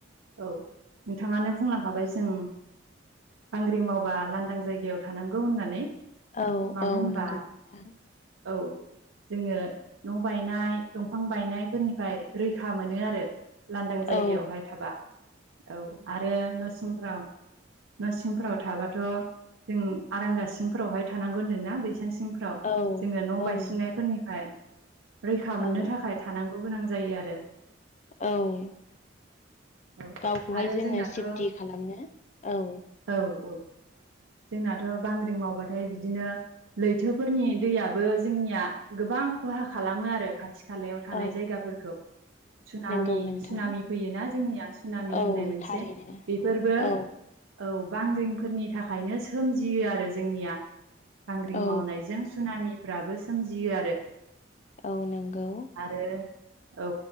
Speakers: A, on the right; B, on the left.
A: औ नोंथाङानो बुंलांखाबाय जों। बांग्रि मावबा लांदां जायगायाव थानांगौ होननानै।
B: औ
A: मानो
B: औ
A: होनबा
B: नंगौ नोंथां
A: औ। जोङो न बायनाय दंफां बायनायफोरनिफ्राय रैखा मोनो आरो। लांदां जायगायावहाय
B: औ
A: थाबा औ आरो न सिंफ्राव। न सिंफोराव थाबाथ जों आरांगा सिंफोरावहाय थानांगौ होन्दोंना बैसां सिं फ्राव
B: औ
A: जोङो न
B: औ
A: बायसिननायफोरनिफ्राय
B: नोंथां
A: रैखा मोननो
B: औ
A: थाखाय थानांगौ गोनां जायो आरो।
B: औ
A: औ
B: गावखौहाय
A: आरो
B: जोङो
A: जोंनाथ'
B: सेफटि खालामनो औ।
A: औ औ जोंनाथ बांग्रिं मावबा थाय बिदिनो लैथोफोरनि दैयाबो जोंनिया गोबां खहा खालामो आरो खाथि थि खालायाव थानाय
B: औ
A: जायगाफोरखौ। सुनामि
B: नंगौ नोंथां
A: सुनामि फैयोना जोंनिया सामि
B: औ
A: होननाय मोनसे
B: थारैनो
A: बेफोरबो।
B: औ
A: औ बांग्रिंफोरनि थाखायनो सोमजियो आरो जोंनिया। बांग्रिं
B: औ
A: मावनायजों सुनामिफ्राबो सोमजियो आरो।
B: औ नंगौ
A: आरो औ